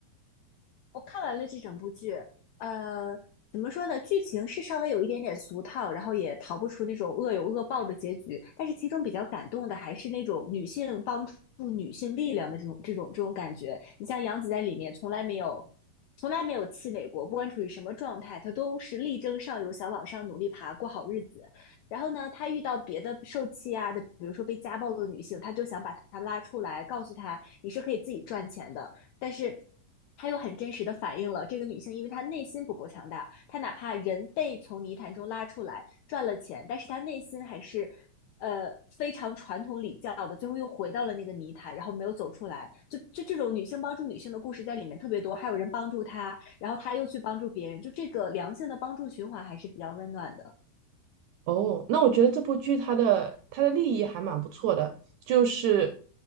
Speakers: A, on the left; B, on the right.
A: 我看完了这整部剧，呃，怎么说呢？剧情是稍微有一点点俗套，然后也逃不出那种恶有恶报的结局。但是其中比较感动的还是那种女性帮助女性力量的这种这种这种感觉。你像杨紫在里面从来没有从来没有气馁过，不管处于什么状态，她都是力争上游，想往上努力爬，过好日子。然后呢，她遇到别的受气啊的，比如说被家暴的女性，她就想把她拉出来，告诉她你是可以自己赚钱的。但是他又很真实的反映了这个女性，因为她内心不够强大，她哪怕人被从泥潭中拉出来赚了钱，但是她内心还是呃非常传统礼教的，最后又回到了那个泥潭，然后没有走出来。就就这种女性帮助女性的故事在里面特别多，还有人帮助她，然后她又去帮助别人，就这个良性的帮助循环还是比较温暖的。
B: 哦，那我觉得这部剧它的它的立意还蛮不错的，就是